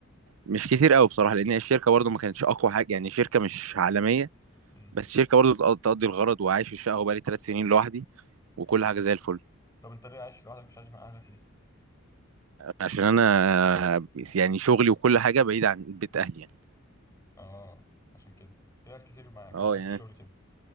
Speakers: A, on the right (about 75°); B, on the left (about 15°).
A: مش كتير قوي بصراحة لأن الشركة برضه ما كانتش أقوى حاجة يعني شركة مش عالمية
B: مم.
A: بس الشركه برضه تقضي الغرض وعايش في الشقه وبقالي ثلاث سنين لوحدي وكل
B: مم.
A: حاجه زي الفل
B: طب انت ليه عايش لوحدك مش عايش مع اهلك ليه؟
A: عشان انا يعني شغلي وكل حاجه بعيد عن بيت اهلي يعني
B: اه عشان كده في ناس كتير معايا كانوا
A: اه
B: معايا
A: يعني
B: في الشغل